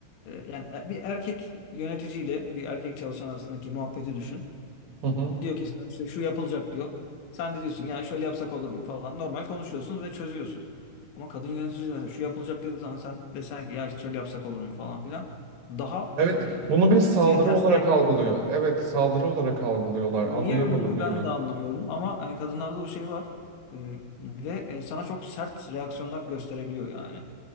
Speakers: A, on the left; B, on the right.
A: e, yani e, bir erkek yöneticiyle bir erkek çalışan arasındaki muhabbeti düşün.
B: Hı hı.
A: Diyor ki sana işte şu yapılacak diyor. Sen de diyorsun yani şöyle yapsak olur mu falan. Normal konuşuyorsunuz ve çözüyorsunuz. Ama kadın yönetici de mesela şu yapılacak dediği zaman sen desen ki ya işte şöyle yapsak olur mu falan filan. Daha
B: Evet,
A: e,
B: bunu bir saldırı
A: seni tersleyebiliyor
B: olarak algılıyor.
A: yani.
B: Evet, saldırı olarak algılıyorlar.
A: Niye
B: Anlayamadım
A: öyle oluyor
B: yani.
A: ben de anlamıyorum. Ama yani kadınlarda o şey var. E, ve e, sana çok sert reaksiyonlar gösterebiliyor yani.